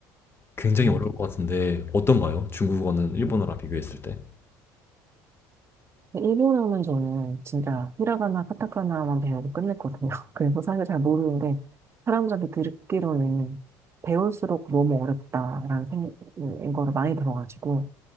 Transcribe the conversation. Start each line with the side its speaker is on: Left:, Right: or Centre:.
Left: 굉장히
Right: 음,
Left: 어려울 것 같은데, 어떤가요? 중국어는 일본어랑
Right: 음.
Left: 비교했을 때.
Right: 일본어는 저는 진짜 히라가나, 카타카나만 배우고 끝냈거든요. <laughs> 그래서 사실 잘 모르는데, 사람들한테 듣기로는 배울수록 너무 어렵다라는 생각인 거를 많이 들어가지고,